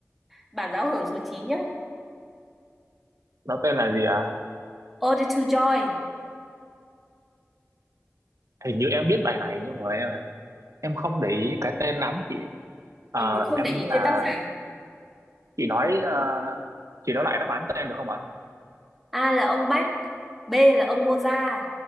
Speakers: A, in the centre; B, on the right.
A: Bản giao hưởng số 9 nhé.
B: nó tên là gì ạ
A: Ode to Joy.
B: hình như em biết bài này nhưng mà em em không để ý cái tên lắm chị Ờ,
A: Ừ, không
B: em
A: để ý
B: nghĩ là
A: tên tác giả.
B: chị nói ờ, chị nói lại đáp án tên được không ạ
A: A là ông Bach. B là ông Mozart.